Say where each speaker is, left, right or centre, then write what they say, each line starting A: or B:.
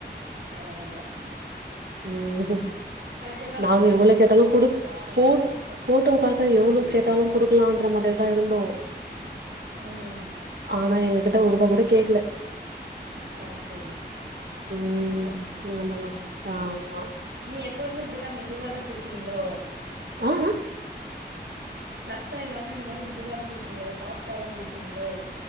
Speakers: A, on the right (about 85°); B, on the right (about 65°).
A: பரவால்ல
B: ம்
A: சில பேர்லா
B: நாங்க
A: ஷிப்பிங்
B: எவ்வள
A: பைசா
B: கேட்டாலு
A: நாங்க போட்டு
B: குடுக்
A: வுட்றோ நீங்க
B: போ
A: ஷிப்பிங் பைசா
B: போட்டோக்காக
A: போட்டு வுடுங்க அப்டின்னு
B: எவ்வளோ
A: சொல்லுவாங்க
B: கேட்டா <unintelligible> குடுக்கலான்ற மாரி தான் இருந்தோ
A: ம்
B: ஆனா எங்க கிட்ட ஒரு ரூபா கூட கேக்கல
A: அது சரி
B: ம்
A: அது
B: ஆமா ஆ ஆமா
A: நீ எப்பழுமே இப்டிதான் இதுவா தான் பேசுவீங்களோ
B: அ ஆ
A: சத்தம் இல்லாம இந்த மாரி மெதுவாாதா பேசுவீங்களோ சாஃப்ட்டா தா பேசுவீங்களோ